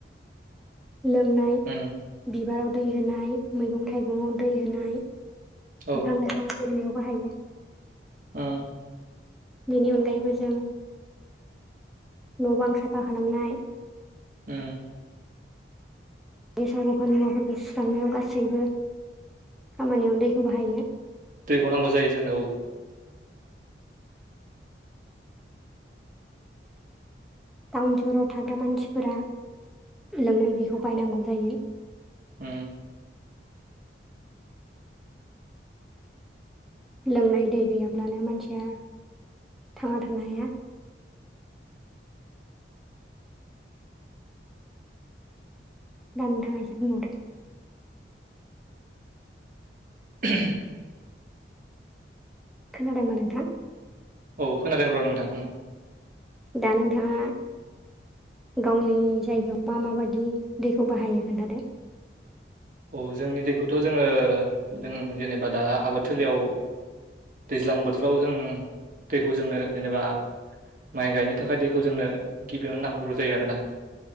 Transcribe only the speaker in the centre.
लोंनाय
बिबाराव दै होनाय मैगं-थाइगंयाव दै होनाय
बिफां-लाइफां गायनायाव बाहायो
बेनि अनगायैबो जों न' बां साफा खालामनाय
गेसाव गोफोन मुवाफोरखौ सुस्रांनायाव गासैबो खामानियाव दैखौ बाहायो।
टाउन सहराव थाग्रा मानसिफोरा लोंनाय बेखौ बायनांगौ जायो।
लोंनाय दै गैयाब्लानो मानसिया थांना थानो हाया दा नोथांया एसे बुंबावदो
खोनादोंना नोथां?
दा नोंथांया गावनिनि जायगायाव मा माबायदि दैखौ बाहायो खोनन्थादो